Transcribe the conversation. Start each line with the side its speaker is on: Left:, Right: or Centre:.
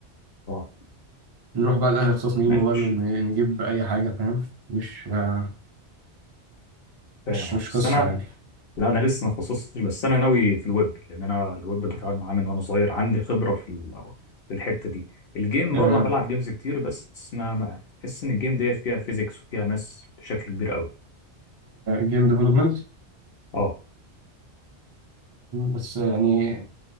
Left: اه
Right: نروح بقى لاي اختصاص نجيب
Left: ماشي
Right: مبرمج ن- نجيب اي حاجه فاهم مش آه،
Left: فاهم
Right: مش
Left: اه
Right: مش
Left: بس
Right: قصه
Left: انا
Right: يعني
Left: لا انا لسه ما تخصصتش بس انا ناوي في الويب لان انا الويب بتعامل معاه من وانا صغير عندي خبره في ال- في الحته دي الجيم
Right: امم
Left: برضه انا بلعب جيمز كتير بس ما ما- بحس ان الجيم ديت فيها فيزيكس وفيها ماس بشكل كبير قوي
Right: جيم ديفلوبمنت
Left: اه
Right: بس يعني